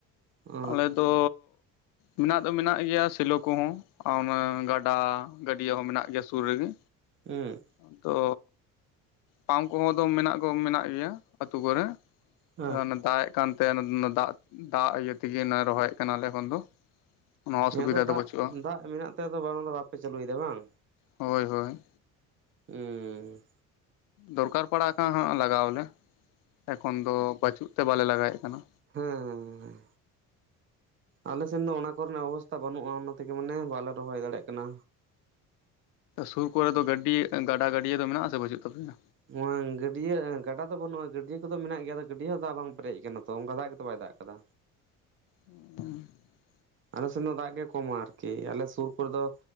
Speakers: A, on the right; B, on the left.
A: ᱦᱩᱸ ᱚ
B: ᱟᱞᱮ ᱛᱚ, ᱢᱮᱱᱟᱜ ᱫᱚ ᱢᱮᱱᱟᱜ ᱜᱮᱭᱟ ᱥᱮᱞᱚ ᱠᱚᱦᱚᱸ᱾ ᱚᱱᱟ ᱜᱟᱰᱟ, ᱜᱟᱹᱰᱭᱟᱹ ᱦᱚᱸ ᱢᱮᱱᱟᱜ ᱜᱮᱭᱟ ᱥᱩᱨ ᱨᱮᱜᱮ᱾
A: ᱩᱸ᱾
B: ᱟᱫᱚ ᱯᱟᱢᱯ ᱠᱚᱦᱚᱸ ᱫᱚᱢ ᱢᱮᱱᱟᱜ ᱠᱚ ᱢᱮᱱᱟᱜ ᱜᱚ ᱢᱮᱱᱟᱜ ᱜᱮᱭᱟ ᱟᱹᱛᱩ ᱠᱚᱨᱮ,
A: ᱚ
B: ᱟᱫᱚ ᱚᱱᱮ ᱫᱟᱜ ᱮ ᱠᱟᱱᱛᱮ ᱚᱱᱟ ᱱᱟ ᱫᱟᱜ ᱫᱟᱜ ᱤᱭᱟᱹ ᱛᱮᱜᱮ ᱱᱟ ᱨᱚᱦᱚᱭᱮᱫ ᱠᱟᱱᱟᱞᱮ ᱮᱠᱷᱚᱱ ᱫᱚ᱾ ᱚᱱᱟ ᱚᱥᱩᱵᱤᱫᱷᱟ
A: ᱦᱮᱸ ᱟᱫᱚ
B: ᱫᱚ
A: ᱫᱟᱜ
B: ᱵᱟᱹᱪᱩᱜᱼᱟ
A: ᱫᱟᱜ ᱢᱮᱱᱟᱜ ᱛᱮ ᱟᱫᱚ ᱵᱟᱝ ᱫᱚ ᱵᱟᱯᱮ ᱪᱟᱹᱞᱩᱭ ᱫᱟ ᱵᱟᱝ?
B: ᱦᱳᱭ ᱦᱳᱭ᱾
A: ᱩᱸᱻ
B: ᱫᱚᱨᱠᱟᱨ ᱯᱟᱲᱟᱣ ᱠᱷᱟᱱ ᱦᱟᱸᱜ ᱞᱟᱜᱟᱣ ᱟᱞᱮ, ᱮᱠᱷᱚᱱ ᱫᱚ ᱵᱟᱪᱩᱜ ᱛᱮ ᱵᱟᱞᱮ ᱞᱟᱜᱟᱣᱮᱫ ᱠᱟᱱᱟ᱾
A: ᱦᱮᱸᱻ ᱟᱞᱮ ᱥᱮᱱ ᱫᱚ ᱚᱱᱟ ᱠᱚᱨᱮᱱᱟᱜ ᱚᱵᱚᱥᱛᱟ ᱵᱟᱹᱱᱩᱜᱼᱟ ᱚᱱᱟ ᱛᱮᱜᱮ ᱢᱟᱱᱮ ᱵᱟᱞᱮ ᱨᱚᱦᱚᱭ ᱫᱟᱲᱮᱭᱟᱜ ᱠᱟᱱᱟ᱾
B: ᱥᱩᱨ ᱠᱚᱨᱮ ᱫᱚ ᱜᱟᱹᱰᱤ ᱮ ᱜᱟᱰᱟ ᱜᱟᱹᱰᱭᱟᱹ ᱫᱚ ᱢᱮᱱᱟᱜᱼᱟ ᱥᱮ ᱵᱟᱹᱪᱩᱜ ᱛᱟᱯᱮᱭᱟ?
A: ᱱᱚᱣᱟᱝ ᱜᱟᱹᱰᱭᱟᱹ ᱮᱸ ᱜᱟᱰᱟ ᱫᱚ ᱵᱟᱹᱱᱩᱜᱼᱟ ᱜᱟᱹᱰᱤᱭᱟᱹ ᱠᱚᱫᱚ ᱢᱮᱱᱟᱜ ᱜᱮᱭᱟ ᱟᱫᱚ ᱜᱟᱹᱰᱤᱭᱟᱹ ᱦᱚᱸ ᱫᱟᱜ ᱵᱟᱝ ᱯᱮᱨᱮᱡ ᱟᱠᱟᱱᱟ ᱛᱚ ᱚᱱᱠᱟ ᱫᱟᱜ ᱜᱮᱛᱚ ᱵᱟᱭ ᱫᱟᱜ ᱟᱠᱟᱫᱟ᱾
B: <inaudible>
A: ᱟᱞᱮ ᱥᱮᱱ ᱫᱚ ᱫᱟᱜ ᱜᱮ ᱠᱚᱢᱟ ᱟᱨᱠᱤ, ᱟᱞᱮ ᱥᱩᱨ ᱠᱚᱨᱮ ᱫᱚ